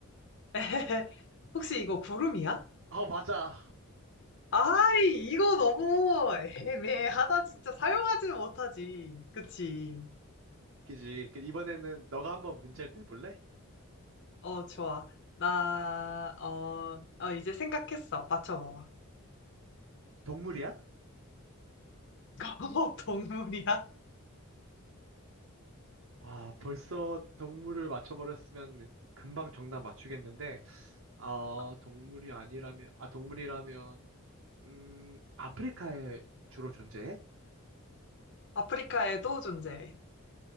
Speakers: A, on the left; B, on the right.
A: <laughs> 혹시 이거 구름이야?
B: 어, 맞아.
A: 아이, 이거 너무 애매하다, 진짜. 사용하지는 못하지. 그치?
B: 그지? 그 이번에는 너가 한번 문제를 내볼래?
A: 어, 좋아. 나, 어, 어, 이제 생각했어. 맞춰봐봐.
B: 동물이야?
A: <laughs> 어, 동물이야?
B: 아, 벌써 동물을 맞춰버렸으면 금방 정답 맞추겠는데, 어,
A: 아,
B: 동물이 아니라면, 아, 동물이라면, 음, 아프리카에 주로 존재해?
A: 아프리카에도 존재해.